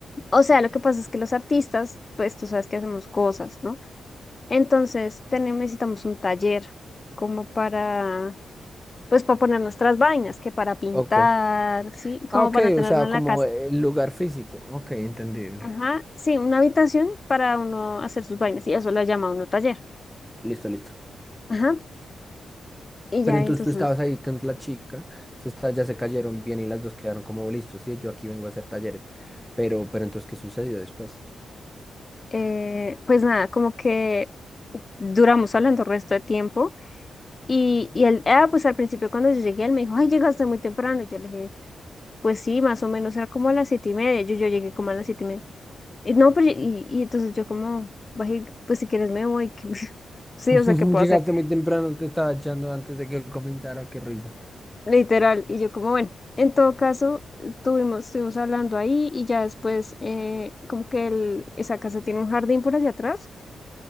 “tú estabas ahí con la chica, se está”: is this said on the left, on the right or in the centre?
Centre